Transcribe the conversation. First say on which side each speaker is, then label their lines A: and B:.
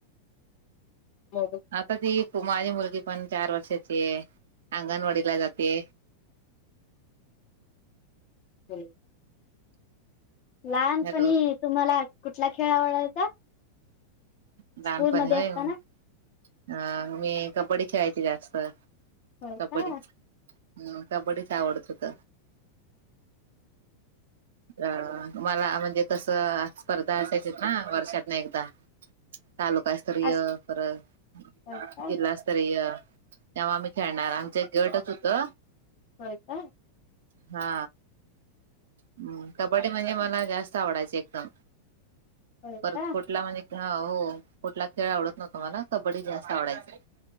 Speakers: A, on the left; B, on the right.
A: म <unintelligible>
B: आता ती माझी मुलगी पण चार वर्षाची आहे अंगणवाडीला जाते
A: हम् <unintelligible> लहानपणी
B: हॅलो
A: तुम्हाला कुठला खेळ आवडायचा?
B: लहानपणी
A: स्कूल मध्ये
B: होय
A: असताना
B: अ मी कबड्डी खेळायची जास्त
A: होय
B: कबड्डीच
A: का
B: -कबड्डीच आवडत होत तर मला म्हणजे कसं स्पर्धा असायच्या ना वर्षातन एकदा <inaudible> तालूकास्तरीय
A: अस
B: परत
A: होय का
B: जिल्हास्त स्तरीय तेव्हा आम्ही खेळणार आमचा एक गटच होत
A: होय काय
B: हा हम्म कबड्डी म्हणजे मला जास्त आवडायच एकदम
A: होय
B: परत
A: का
B: कुठला म्हणजे हा हो कुठला खेळ आवडत नव्हता मला कबड्डी जास्त आवडायचा <inaudible>